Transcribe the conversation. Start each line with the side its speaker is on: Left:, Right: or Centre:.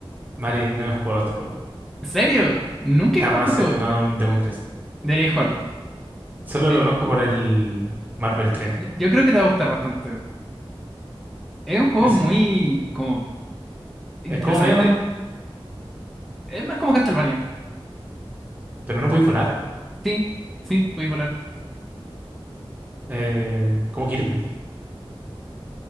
Right: Mari, no he jugado este juego.
Centre: ¿En serio? Nunca he
Right: Jamás
Centre: jugado este juego.
Right: he tocado un Demon Crest.
Centre: Deberías jugarlo.
Right: Solo
Centre: Eh,
Right: lo conozco por el Marvel 3.
Centre: yo, yo creo que te va a gustar bastante. Es un juego
Right: Es,
Centre: muy como interesante.
Right: es como Mega Man,
Centre: Es más como Castlevania.
Right: pero no podéis volar.
Centre: Sí, sí, puedes volar.
Right: Eh, como Kirby.